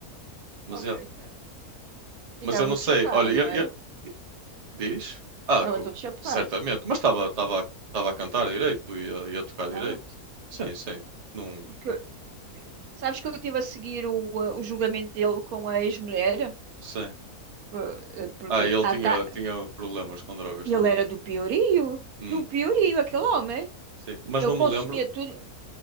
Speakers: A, on the right; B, on the right.
A: Mas,
B: ok,
A: yeah.
B: tá. bem. E
A: Mas
B: estava
A: eu não
B: todo
A: sei,
B: chapado,
A: olha, eu,
B: não era?
A: eu, Diz? Ah,
B: Estava
A: co-
B: todo chapado,
A: certamente. Mas estava estava a estava a cantar direito e a, e a tocar direito.
B: estava.
A: Sim, sim. Não,
B: Porque sabes que eu estive a seguir o, ah, o julgamento dele com a ex-mulher?
A: sim.
B: Por- ah, Porque
A: Ah, e ele tinha,
B: a ta-
A: tinha problemas com drogas
B: ele
A: também.
B: era do Piorio,
A: Hum,
B: do Piorio, aquele homem.
A: sim. Mas
B: Ele
A: não
B: consumia
A: me lembro.
B: tudo.